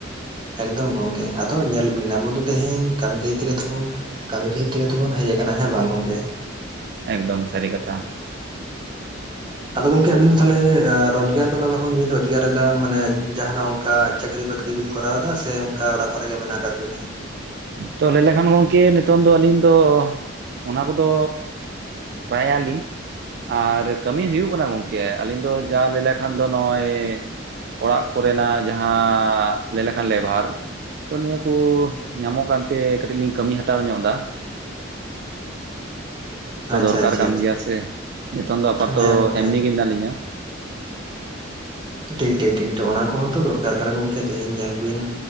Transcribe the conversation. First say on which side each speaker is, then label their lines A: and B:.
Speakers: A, on the right; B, on the right.
A: ᱮᱠᱫᱚᱢ ᱜᱚᱢᱠᱮ ᱟᱫᱚ ᱧᱮᱞ ᱵᱤᱱ ᱟᱵᱚ ᱫᱚ ᱛᱮᱦᱮᱧ ᱠᱟᱹᱢᱤ ᱠᱷᱟᱹᱛᱤᱨ ᱛᱮᱜᱮ ᱛᱚᱵᱚᱱ ᱠᱟᱹᱢᱤ ᱠᱷᱟᱹᱛᱤᱨ ᱛᱮᱜᱮ ᱛᱮᱚᱵᱚᱱ ᱦᱮᱡ ᱟᱠᱟᱱᱟ ᱦᱮᱸ ᱵᱟᱝ ᱜᱚᱝᱠᱮ, ᱾
B: ᱮᱠᱫᱚᱢ ᱥᱟᱹᱨᱤ ᱠᱟᱛᱷᱟ,
A: ᱟᱫᱚ ᱜᱚᱝᱠᱮ ᱟᱵᱤᱱ ᱫᱚ ᱛᱟᱦᱚᱞᱮ ᱨᱚᱡᱽᱜᱟᱨ ᱠᱚᱫᱚ ᱚᱠᱟ ᱠᱷᱚᱱ ᱵᱤᱱ ᱨᱚᱡᱽᱜᱟᱨ ᱮᱫᱟ ᱢᱟᱱᱮ ᱡᱟᱦᱱᱟᱜ ᱜᱚᱝ ᱚᱱᱠᱟ ᱪᱟᱹᱠᱨᱤ ᱵᱟᱹᱠᱨᱤ ᱵᱤᱱ ᱠᱚᱨᱟᱣ ᱫᱟ ᱥᱮ ᱚᱱᱠᱟ ᱚᱲᱟᱜ ᱠᱚᱨᱮ ᱜᱮ ᱢᱮᱱᱟᱜ ᱟᱠᱟᱫ ᱵᱤᱱᱟ, ᱾
B: ᱛᱚ ᱞᱟᱹᱭ ᱞᱮᱠᱷᱟᱱ ᱜᱚᱢᱠᱮ ᱱᱤᱛᱚᱝ ᱫᱚ ᱟᱹᱞᱤᱧ ᱫᱚ ᱚᱱᱟ ᱠᱚᱫᱚ ᱵᱟᱭᱟᱞᱤ, ᱟᱨ ᱠᱟᱹᱢᱤ ᱦᱩᱭᱩᱜ ᱠᱟᱱᱟ ᱜᱚᱝᱠᱮ ᱟᱞᱤᱧ ᱫᱚ ᱡᱟ ᱞᱟᱹᱭ ᱞᱮᱠᱷᱟᱱ ᱫᱚ ᱱᱚᱜᱼᱚᱭ ᱚᱲᱟᱜ ᱠᱚᱨᱮᱱᱟᱜ ᱡᱟᱦᱟᱸ ᱞᱟᱹᱭ ᱞᱮᱠᱷᱟᱱ ᱞᱮᱵᱷᱟᱨ ᱛᱚ ᱱᱤᱭᱟᱹ ᱠᱚ ᱧᱟᱢᱚᱜ ᱠᱟᱱᱛᱮ ᱠᱟᱹᱴᱤᱡ ᱞᱤᱧ ᱠᱟᱹᱢᱤ ᱦᱟᱛᱟᱲ ᱧᱚᱜ ᱫᱟ, ᱾
A: ᱟᱪᱪᱷᱟ
B: ᱛᱚ ᱫᱚᱨᱠᱟᱨ
A: ᱟᱪᱪᱷᱟ
B: ᱠᱟᱱ
A: ᱟᱪᱪᱷᱟ
B: ᱜᱮᱭᱟ ᱥᱮ ᱱᱤᱛᱚᱝ ᱫᱚ ᱟᱯᱟᱛᱚ
A: ᱦᱮᱸ ᱜᱚᱝᱠᱮ
B: ᱮᱢᱱᱤ ᱜᱮ ᱢᱮᱱᱟᱜ ᱞᱤᱧᱟ,
A: ᱴᱤᱨᱛᱮ ᱴᱤᱨᱛᱮ ᱚᱱᱟ ᱠᱚᱦᱚᱸ ᱛᱚ ᱫᱚᱨᱠᱟᱨ ᱠᱟᱱᱟ ᱜᱚᱢᱠᱮ ᱛᱮᱦᱤᱧ ᱧᱮᱞ ᱵᱤᱱ,